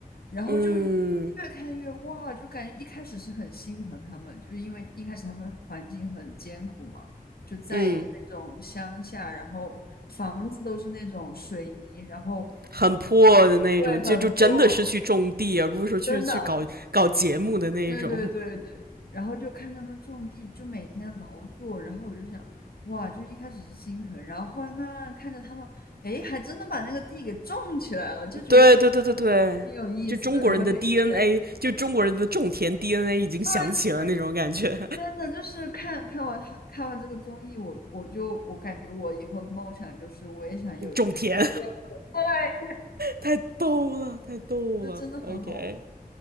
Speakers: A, on the left; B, on the right.
A: 然后就越
B: 嗯
A: 看越哇，就感觉一开始是很心疼他们，就是因为一开始他们环境很艰苦嘛，就在一个那种乡下，
B: 嗯，
A: 然后房子都是那种水泥，然后
B: 很破的那种，
A: 对，很破，
B: 就就真的是去种地，而不是说去去搞搞节目的那种。
A: 真的。对对对对，然后就看他们种地，就每天劳作，然后我就想，哇，就一开始是心疼，然后后来慢慢看着他们，哎，还真的把那个地给种起来了，就觉得哎
B: 对对对对对，
A: 挺有意思的，
B: 就中国人的
A: 然后就一直在，
B: DNA，就中国人的种田 DNA 已经响起了那种感觉。
A: 对，真的就是看看完他看完这个综艺，我我就我感觉我以后的梦想就是我也想有一个小，
B: <laughs> 种田
A: 对，
B: 太逗了，太逗了。
A: 就真的很好玩。
B: OK，